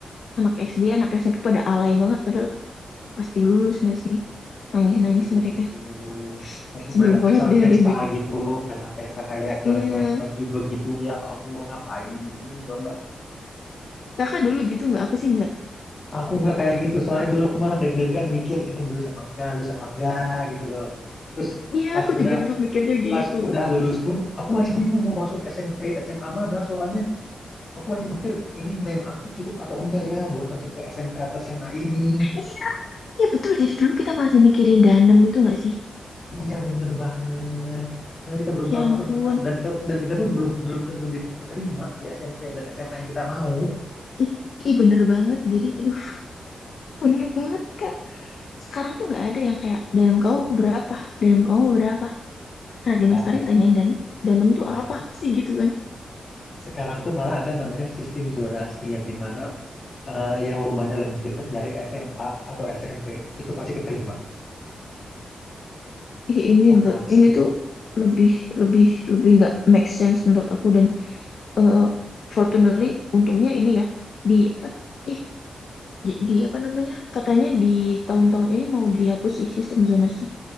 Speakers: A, on the left; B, on the left.
A: anak SD, anak SMP pada alay banget padahal pasti lulus nggak sih? Nangis-nangis
B: Pasti lulus
A: mereka.
B: itu
A: <laughs>
B: langsung
A: Sebelum
B: mereka
A: banget
B: pesta-pesta
A: deh ada yang bikin.
B: gitu, pesta-pesta kayak coret-coret
A: Iya.
B: baju begitu ya Allah ngapain coba.
A: Kakak dulu gitu nggak? Aku sih nggak.
B: Aku nggak kayak gitu, soalnya dulu aku malah deg-degan mikir ini lulus apa enggak, lulus apa enggak gitu loh. Terus
A: Iya,
B: pas
A: aku
B: udah
A: juga dulu mikirnya
B: pas
A: gitu.
B: udah lulus pun aku masih bingung mau masuk SMP, SMA mana, soalnya aku masih mikir ini name aku cukup atau enggak ya buat masuk ke SMP atau SMA ini.
A: Iya, iya betul. Jadi dulu kita masih mikirin danem itu nggak sih?
B: Iya bener banget. Soalnya kita belum
A: Ya
B: tahu
A: ampun,
B: masuk mana dan kita dan kita pun belum belum tentu diterima di SMP dan SMA yang kita mau.
A: Ih, ih, bener banget. Jadi, aduh, bener banget, Kak. Sekarang tuh nggak ada yang kayak, danum kamu berapa? danum kamu berapa? Karena zaman
B: Nggak
A: sekarang
B: ada,
A: tanyain danum, danum tuh
B: nggak
A: apa?
B: ada.
A: Pasti gitu kan.
B: Sekarang tuh malah ada namanya sistem zonasi yang dimana eh, yang rumahnya lebih dekat dari SMA atau SMP itu pasti keterima
A: Ih, ini,
B: pasti
A: tuh- ini tuh lebih, lebih, lebih nggak make sense menurut aku. Dan eh, fortunately, untungnya ini ya, di, apa, ih, di, di apa namanya? Katanya di tahun-tahun ini mau dihapus sih sistem zonasi.